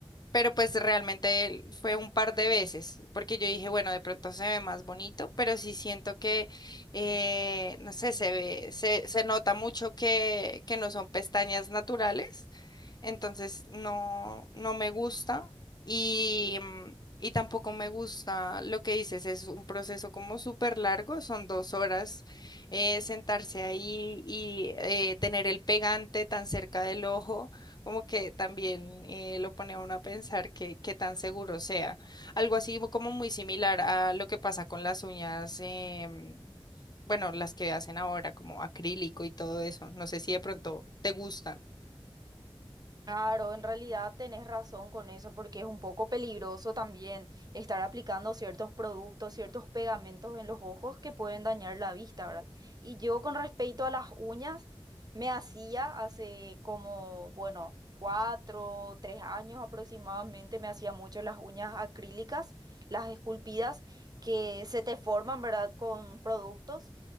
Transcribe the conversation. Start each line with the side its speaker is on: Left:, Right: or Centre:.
Left: pero pues realmente fue un par de veces, porque yo dije, bueno, de pronto se ve más bonito, pero sí siento que, eh, no sé, se ve, se, se nota mucho que, que no son pestañas naturales, entonces no, no me gusta y, mm, y tampoco me gusta lo que dices, es un proceso como súper largo, son dos horas eh, sentarse ahí y eh, tener el pegante tan cerca del ojo como que también eh, lo pone a uno a pensar que, qué tan seguro sea. Algo así como muy similar a lo que pasa con las uñas, em, bueno, las que hacen ahora, como acrílico y todo eso. No sé si de pronto te gustan.
Right: Claro, en realidad tenés razón con eso, porque es un poco peligroso también estar aplicando ciertos productos, ciertos pegamentos en los ojos que pueden dañar la vista, ¿verdad? Y yo con respecto a las uñas, me hacía hace como, bueno, cuatro, tres años aproximadamente, me hacía mucho las uñas acrílicas, las esculpidas, que se te forman, ¿verdad? Con productos.